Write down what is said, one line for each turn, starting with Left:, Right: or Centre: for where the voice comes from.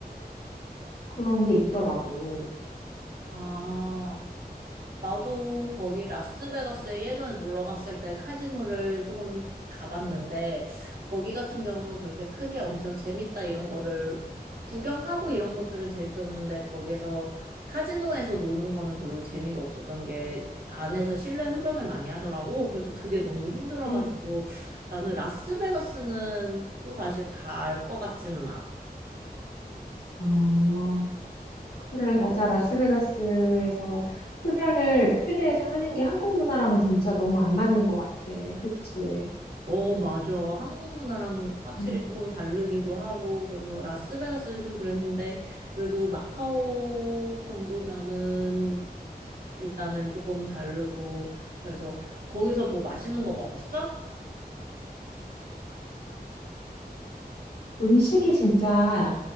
Left: 그런 게 있더라고.
Right: 아, 나도 거기 라스베가스에 예전에 놀러 갔을 때 카지노를 조금 가봤는데, 거기 같은 경우는 그렇게 크게 엄청 재밌다 이런 거를 구경하고 이런 것들은 재밌었는데, 거기에서 카지노에서 노는 거는 별로 재미가 없었던 게 안에서 실내 흡연을 많이 하더라고. 그래서 그게 너무 힘들어가지고
Left: 음.
Right: 나는 라스베가스는 또 다시 갈 것 같지는 않아.
Left: 어, 그래, 맞아. 라스베가스에서 흡연을 실내에서 하는 게 한국 문화랑은 진짜 너무 안 맞는 것 같아. 그치?
Right: 어, 맞아. 한국 문화랑 확실히
Left: 음.
Right: 조금 다르기도 하고, 그래서 라스베가스는 좀 그랬는데, 그래도 마카오 정도면은 일단은 조금 다르고, 그래서 거기서 뭐 맛있는 거 먹었어?
Left: 음식이 진짜